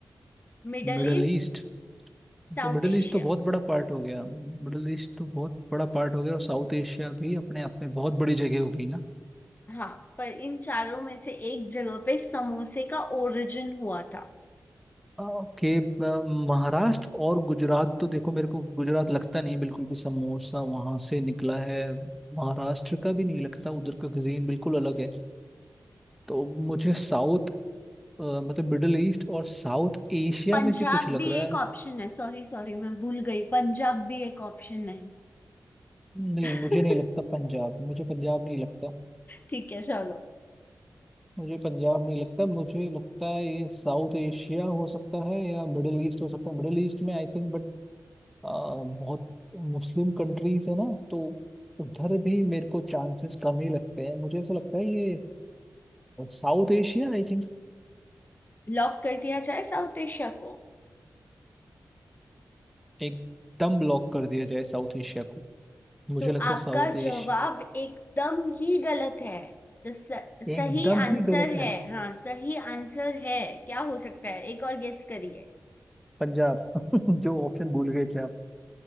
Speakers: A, on the left (about 30°); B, in the centre.
A: <laughs> Middle
B: मिडल
A: East
B: ईस्ट क्योंकि
A: South
B: मिडल
A: Asia
B: ईस्ट तो बहुत
A: <laughs>
B: बड़ा पार्ट हो गया मिडल ईस्ट तो बहुत बड़ा पार्ट हो गया और साउथ एशिया भी अपने आप में बहुत बड़ी जगह हो गई ना
A: हाँ पर इन चारों में से एक जगह पे समोसे का ओरिजिन हुआ था
B: ओके ब- महाराष्ट्र और गुजरात तो देखो मेरे को गुजरात लगता नहीं बिल्कुल भी समोसा वहां से निकला है महाराष्ट्र का भी नहीं लगता उधर का cuisine बिल्कुल अलग है तो मुझे साउथ अ, मतलब मिडिल ईस्ट और साउथ एशिया
A: पंजाब
B: में से कुछ लग
A: भी
B: रहा
A: एक
B: है
A: ऑप्शन है सॉरी सॉरी मैं भूल गई पंजाब भी एक ऑप्शन है
B: नहीं
A: <laughs>
B: मुझे नहीं लगता पंजाब मुझे पंजाब नहीं लगता
A: ठीक है चलो
B: मुझे पंजाब नहीं लगता मुझे लगता है ये साउथ एशिया हो सकता है या मिडिल ईस्ट हो सकता है मिडिल ईस्ट में आई थिंक अ, बहुत मुस्लिम कंट्रीज है ना तो उधर भी मेरे को चांसेस कम ही लगते हैं मुझे ऐसा लगता है ये साउथ एशिया आई थिंक
A: लॉक कर दिया जाए साउथ एशिया को
B: एकदम ब्लॉक कर दिया जाए साउथ एशिया को मुझे
A: तो
B: लगता
A: आपका
B: है साउथ
A: जवाब
B: एशिया
A: एकदम ही गलत है तो स, सही
B: एकदम
A: आंसर
B: ही गलत है
A: है हाँ सही आंसर है क्या हो सकता है एक और गेस करिए
B: पंजाब <laughs> जो ऑप्शन भूल गए थे आप